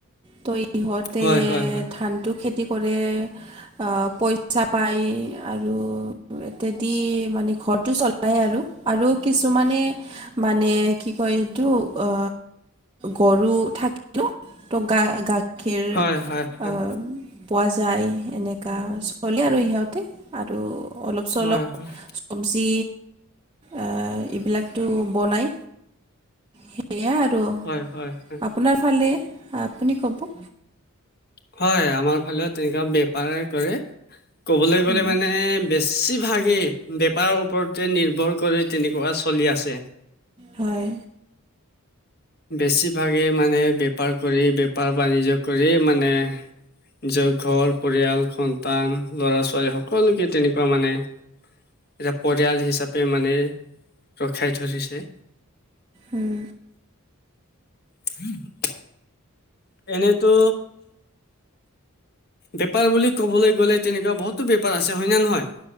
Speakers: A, on the right (about 20°); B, on the left (about 45°).
A: ত ইহঁতে
B: হয়, হয়, হয়,
A: ধান টো খেতি কৰে আ পইছা পই আৰু ইত্যাদি মানে ঘৰটো চলাই আৰু। আৰু কিছুমানে মানে কি কয় এইটো অ গৰু থাকিল ন? তো গা গাখীৰ
B: হয়, হয়, হয়,
A: অ পোৱা যায় এনেকা চলে আৰু সিহঁতে আৰু অলপ চলপ
B: হয়, হয়।
A: চবজি আ এইবিলাকটো বনাই। সেয়া আৰু
B: হয়, হয়, হয়,
A: আপোনাৰ ফালে, আপুনি ক'ব?
B: হয় আমাৰ ফালেও তেনেকুৱা বেপৰে কৰে। ক'বলৈ গ'লে
A: উম,
B: মানে বেছিভাগেই বেপাৰৰ ওপৰতে নিৰ্ভৰ কৰি তেনেকুৱা চলি আছে।
A: হয়।
B: বেছিভাগেই মানে বেপাৰ কৰি বেপাৰ বাণিজ্য কৰি মানে নিজৰ ঘৰ পৰিয়াল সন্তান ল'ৰা ছোৱালী সকলোকে তেনেকুৱা মানে এতিয়া পৰিয়াল হিচাপে মানে ৰখাই ধৰিছে।
A: উম।
B: <unintelligible> এনেইতো বেপাৰ বুলি ক'বলৈ গ'লে তেনেকুৱা বহুতো বেপাৰ আছে হয় না নহয়?